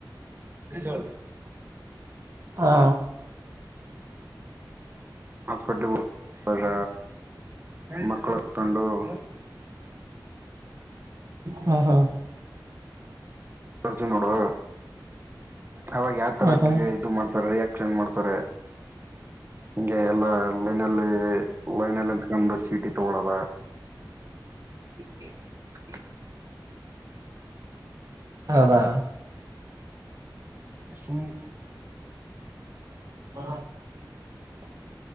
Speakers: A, on the right (about 30°); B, on the right (about 45°).
A: ನೋಡು
B: ಹಾ
A: ಹಾಸ್ಪಿಟ್ಲ ಹೋಗ್ತದ ಮಕ್ಳ ಕೊಂಡು <inaudible>
B: ಹಾ ಹಾ
A: ರ್ಜು ನೋಡು ಅವಾಗ ಯಾವತರ
B: ಹ್ಮ್ ಹ್ಮ್
A: ಇದು ಮಾಡ್ತಾರೆ ರಿಯಾಕ್ಷನ್ ಮಾಡ್ತ ತಾರೆ ಹಿಂಗೇ ಎಲ್ಲಾ ಲೈನಲ್ಲಿ ವೈನಲ್ಲಿ ಇತಕೊಂಡ ಚೀಟಿ ತುಗೋಳೋದ
B: <inaudible> ಅದಾ
A: ಸುಮ್ಮ
B: ಹಾ <unintelligible>